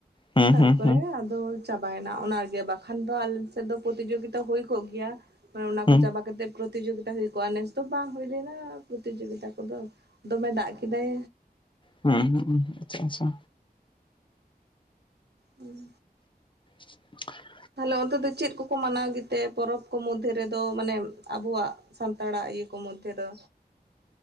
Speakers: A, on the left; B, on the right.
A: ᱦᱩᱸ
B: ᱛᱟᱨᱯᱚᱨᱮ
A: ᱦᱩᱸ ᱦᱩᱸ
B: ᱟᱫᱚ ᱪᱟᱵᱟᱭᱮᱱᱟ ᱚᱱᱟᱜᱮ ᱵᱟᱠᱷᱟᱱ ᱫᱚ ᱟᱞ ᱥᱮᱫ ᱫᱚ ᱯᱨᱚᱛᱤᱡᱳᱜᱤᱛᱟ ᱦᱩᱭᱼᱟ ᱠᱚᱜ ᱜᱮᱭᱟ ᱢᱮ ᱚᱱᱟ
A: ᱦᱩᱸ
B: ᱠᱚ ᱪᱟᱵᱟ ᱠᱟᱛᱮ ᱯᱨᱚᱛᱤᱤᱡᱳᱜᱤᱛᱟ ᱦᱩᱭ ᱠᱚᱜᱼᱟ ᱱᱮᱥ ᱫᱚ ᱵᱟᱝ ᱦᱩᱭ ᱞᱮᱱᱟ ᱯᱨᱚᱛᱤᱡᱳᱜᱤᱛᱟ ᱠᱚᱫᱚ ᱫᱚᱢᱮ ᱫᱟᱜ ᱠᱮᱫᱟᱭ
A: ᱦᱩᱸ ᱦᱩᱸ ᱦᱩᱸ ᱟᱪᱪᱷᱟ ᱟᱪᱪᱷᱟ
B: ᱦᱮᱸ
A: <unintelligible>
B: ᱛᱟᱦᱚᱞᱮ ᱚᱱᱛᱮ ᱫᱚ ᱪᱮᱫ ᱠᱚᱠᱚ ᱢᱟᱱᱟᱣ ᱜᱮᱛᱮ ᱯᱚᱨᱚᱵᱽ ᱠᱚ ᱢᱚᱫᱽᱫᱷᱮ ᱨᱮᱫᱚ ᱢᱟᱱᱮ ᱟᱵᱚᱣᱟᱜ ᱥᱟᱱᱛᱟᱲᱟᱜ ᱤᱭᱟᱹ ᱠᱚ ᱢᱚᱫᱽᱫᱷᱮ ᱫᱚ